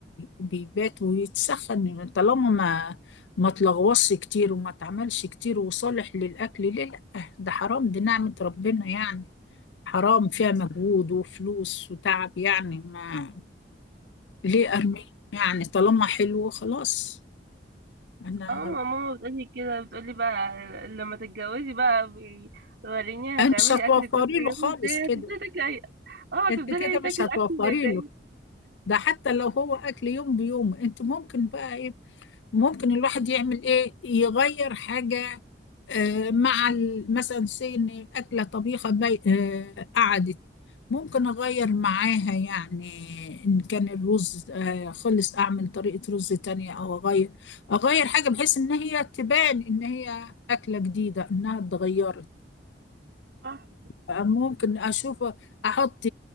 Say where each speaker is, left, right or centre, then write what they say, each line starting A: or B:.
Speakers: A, on the left; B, on the right.
A: بيبات ويتسخن طالما ما ما تلغوصش كتير وما تعملش كتير وصالح للأكل ليه لا ده حرام دي نعمة ربنا يعني حرام فيها مجهود وفلوس وتعب يعني ما ليه أرميه يعني طالما حلو خلاص أنا
B: اه ما ماما بتقولي كده بتقولي بقى لما تتجوزي بقى بي- وريني
A: أنا
B: هتعملي
A: مش هتوفري
B: اكل كل يوم
A: له خالص
B: ازاي
A: كده
B: هتفضلي تاكلي أي- اه هتفضلي
A: أنت كده
B: تاكلي
A: مش هتوفري
B: اكل تاني
A: له ده حتى لو هو اكل يوم بيوم انت ممكن بقى ايه ممكن الواحد يعمل ايه يغير حاجه آه مع ال- مثلا سي ان اكله طبيخه بي آه قعدت ممكن اغير معاها يعني ان كان الرز آه خلص اعمل طريقه رز تانية او اغير اغير حاجه بحيث ان هي تبان ان هي اكله جديده انها اتغيرت
B: صح
A: ممكن اشوف احط